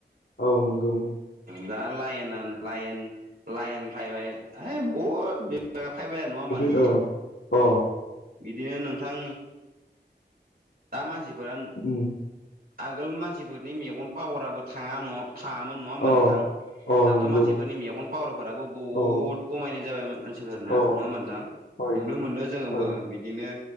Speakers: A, on the left; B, on the right.
A: औ नंगौ
B: दा लाइना लाइन लाइन फैबाय ओइ बहुद फायबाया नङा होमबा
A: बहुद
B: नोंथां?
A: अ अ
B: बिदिनो नोंथां दा मानसिफोरा
A: उम
B: आगोल मानसिफोरनि मेगन पावाराबो थाङा न थाङामोन नङा होमबा
A: अ
B: नोंथां?
A: अ
B: दाथ'
A: नंगौ
B: मानसिफोरनि मेगन पावारफोराबो बुहुद
A: अ
B: खमायनाय जाबायमोन मानसिफोरना
A: अ
B: नङा होमबा नोंथां
A: हय
B: नुनो मोनदों जोङोबो
A: हय
B: बिदिनो